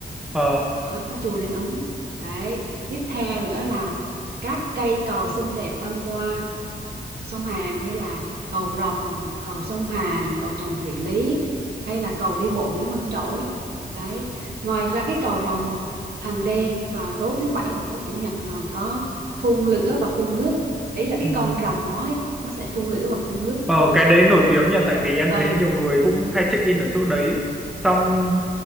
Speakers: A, in the centre; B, on the right.
A: ờ,
B: đó, có chùa Linh Ứng đấy tiếp theo nữa là các cây cầu xinh đẹp băng qua sông Hàn như là cầu Rồng, cầu sông Hàn, cầu Trần Thị Lý hay là cầu đi bộ Nguyễn Văn Trỗi. Đấy, ngoài ra cái cầu Rồng hàng đêm vào tối thứ bảy và tối chủ nhật còn có phun lửa và phun nước. Ý là cái
A: ừ,
B: con rồng đó ấy, nó sẽ phun lửa và phun nước.
A: ờ, cái đấy nổi tiếng nhỉ tại vì em
B: Ừ
A: thấy nhiều người cũng hay check in ở chỗ đấy xong